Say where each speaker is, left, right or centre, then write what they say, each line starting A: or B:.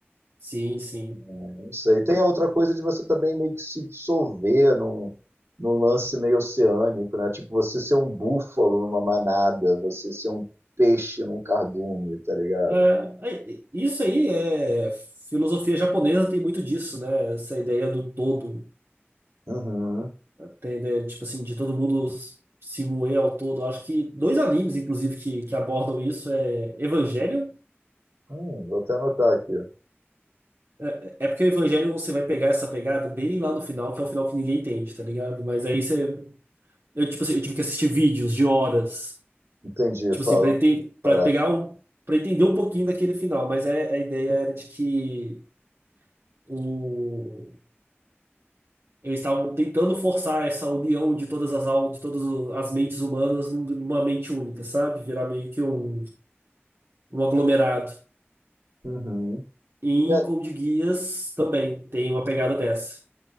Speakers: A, on the right; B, on the right.
A: sim, sim.
B: Não sei. Tem a outra coisa de você também meio que se dissolver num, num lance meio oceânico, né? Tipo você ser um búfalo numa manada, você ser um peixe num cardume, tá ligado?
A: Ah, é- isso aí é. Filosofia japonesa tem muito disso, né? Essa ideia do todo.
B: Uhum.
A: Tem a ideia, tipo assim, de todo mundo se moer ao todo. Acho que dois animes, inclusive, que, que abordam isso é Evangelion.
B: Hum, vou até anotar aqui.
A: É é porque o Evangelho você vai pegar essa pegada bem lá no final, que é o final que ninguém entende, tá ligado? Mas aí você. Eu, tipo assim, eu tive que assistir vídeos de horas,
B: Entendi,
A: tipo
B: falando
A: assim, pra, ente-
B: separado.
A: pra pegar um, pra entender um pouquinho daquele final. Mas é- a ideia era de que o, eles estavam tentando forçar essa união de todas as almas, de todas o- as mentes humanas num- numa mente única, sabe? Virar meio que um, um aglomerado.
B: Uhum.
A: E
B: E aí,
A: em Code Geass também tem uma pegada dessa.